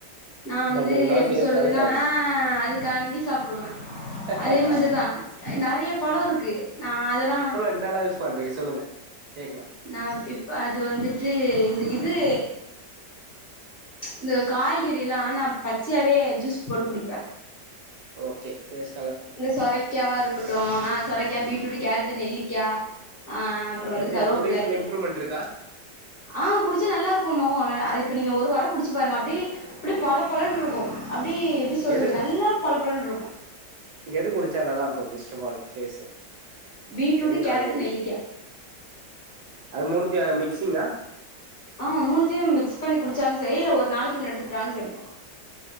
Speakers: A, on the left; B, on the right.
A: நா வந்து
B: பட் இருந்தாலு
A: எப்டி
B: ஃபேஸ்காக
A: சொறுதுன்னா ஆ அதுக்காண்டி சாப்புடுவே
B: சாப்டுவீங்க
A: அதே மாத்திதான் நெறைய பழோ இருக்கு ந அதெல்லான்
B: இந்தால்லா யூஷ் பண்றீங்க சொல்லுங்க கேக்லா
A: நா இப் அது வந்துட்டு இந்து இது இந்த காய்கறிலா நாம் பச்சயாவே ஜூஸ் போட்டு குடிப்பே
B: ஓகே ஃபேஸ்
A: இந்த சொரைக்காவா இருக்கட்டு ஆ சொரைக்கா பீட்ரூட்டு கேரட்டு நெல்லிக்கா ஆஆ அம் ப்றோ வந்துட்டு
B: எப்டி
A: கரோப்ள
B: அது கூட இதுல
A: எ
B: இம்ப்ரூவ்மெண்ட் இருக்கா
A: ஆ குடிச்சா நல்லாருக்கு மொகோ ந அது இப்ப நீங்க ஒரு வாரோ குடிச்சி பாருங்க அப்டே அப்டே பளப் பளன் ருக்கு அப்டி எப்டி சொல்றது
B: எது கு
A: நல்லா பளபளன் ருக்கு
B: எது குடிச்சா நல்லார்க்கு first of all phase
A: beetroot
B: என்ன
A: கேரட்டு
B: காய்கறி
A: நெல்லிக்கா
B: அது மூண்த்திய மிக்சிங்கா
A: ஆமா மூணுத்யு மிக்ஸ் பண்ணி குடிச்சாலு சரி இல்ல ஒர் நாளைக்கு ஒன் எடுத்துக்ட்டாலு சரி